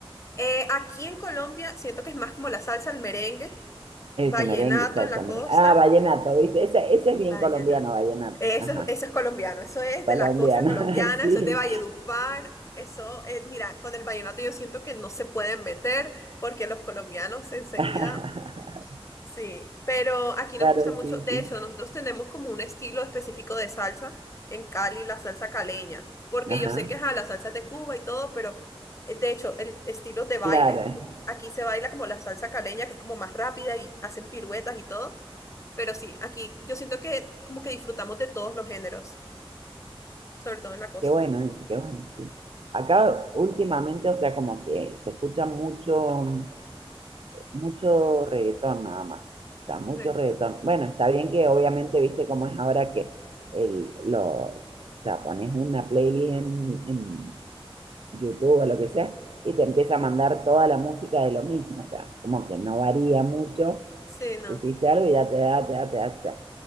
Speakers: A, on the left (about 30°); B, on the right (about 65°).
A: eh, aquí en Colombia siento que es más como la salsa, el merengue,
B: Eso,
A: vallenato
B: merengue, salsa,
A: en la
B: merengue.
A: costa.
B: Ah, vallenato, ¿viste? Ese, ese es
A: Diana.
B: bien colombiano, vallenato.
A: Eso,
B: Ajá,
A: eso es colombiano, eso es
B: colombiano,
A: de la costa colombiana,
B: <laughs> sí.
A: eso es de Valledupar. Eso, eh, mira, con el vallenato yo siento que no se pueden meter porque los colombianos enseguida,
B: <laughs>
A: sí, pero aquí
B: Claro,
A: nos gusta mucho,
B: sí,
A: de
B: sí.
A: hecho, nosotros tenemos como un estilo específico de salsa en Cali, la salsa caleña, porque
B: Ajá,
A: yo sé que ajá, la salsa es de Cuba y todo, pero eh, de hecho, el estilo de baile,
B: claro. eh.
A: aquí se baila como la salsa caleña, que es como más rápida y hacen piruetas y todo. Pero sí, aquí yo siento que como que disfrutamos de todos los géneros, sobre todo en la costa.
B: Qué bueno eso, qué bueno, sí. Acá últimamente, o sea, como que se escucha mucho, mucho reggaetón nada más. O sea, mucho
A: Reggaetón.
B: reggaetón. Bueno, está bien que obviamente, viste cómo es ahora que el, lo, o sea, pones una playlist en, en YouTube o lo que sea, y te empieza a mandar toda la música de lo mismo, o sea, como que no varía mucho,
A: Sí, no.
B: hiciste algo y ya te da, te da, te da, te da.